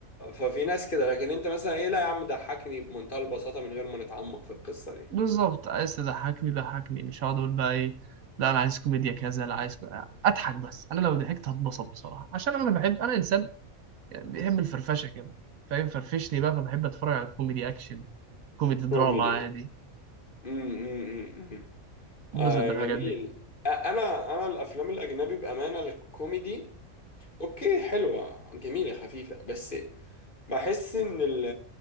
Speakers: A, on the left; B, on the right.
A: ففي ناس كده لكن انت مثلا ايه لا يا عم ضحكني بمنتهى البساطة من غير ما نتعمق في القصة دي
B: بالظبط عايز تضحكني ضحكني مش هقعد اقول بقى ايه لا انا عايز كوميديا كذا لا عايز كو... اضحك بس انا لو ضحكت هتبسط بصراحه عشان انا بحب انا انسان يعني بيحب الفرفشه كده فاهم فرفشني بقى فبحب اتفرج على كوميدي اكشن كوميدي دراما
A: كوميدي
B: عادي
A: امم امم امم آه
B: اتبسط بالحاجات
A: جميل
B: دي
A: آه انا انا الافلام الاجنبي بامانة الكوميدي اوكي حلوة جميلة خفيفة بس بحس ان ال...